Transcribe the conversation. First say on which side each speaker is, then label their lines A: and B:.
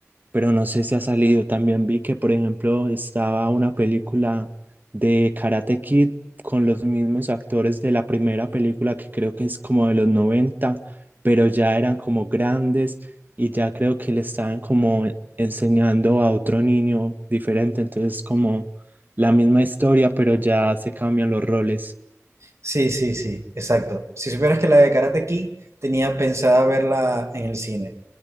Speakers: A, on the right; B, on the right.
A: pero no sé si ha salido. También vi que, por ejemplo, estaba una película de Karate Kid con los mismos actores de la primera película, que creo que es como de los noventa pero ya eran como grandes y ya creo que le estaban como enseñando a otro niño diferente. Entonces, como la misma historia, pero ya se cambian los roles.
B: Sí, sí, sí, exacto. Si supieras que la de Karate Kid tenía pensada verla en el cine.